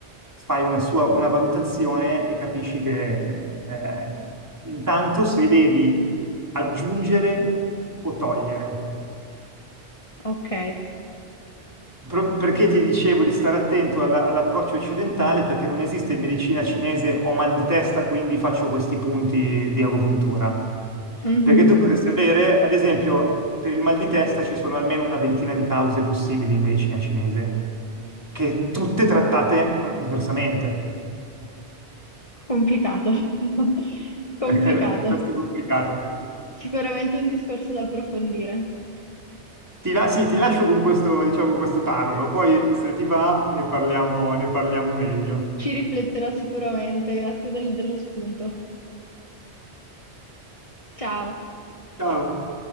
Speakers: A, on the right (about 15°); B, on the left (about 30°).
A: fai una sua, una valutazione e capisci che eh, intanto se devi aggiungere o togliere.
B: Ok.
A: Pro- Perché ti dicevo di stare attento alla- all'approccio occidentale perché non esiste in medicina cinese ho mal di testa, quindi faccio questi punti di agopuntura.
B: Mhm.
A: Perché tu potresti avere, ad esempio, per il mal di testa ci sono almeno una ventina di cause possibili in medicina cinese, che tutte trattate con- diversamente.
B: Complicato, <laughs>
A: <laughs>
B: complicato.
A: È, è- è piuttosto complicato.
B: Sicuramente un discorso da approfondire.
A: Ti, la- sì, ti lascio con questo, diciamo, questo tarlo, poi se ti va ne parliamo ne parliamo meglio.
B: Ci rifletterò sicuramente, grazie del- dello spunto. Ciao.
A: Ciao.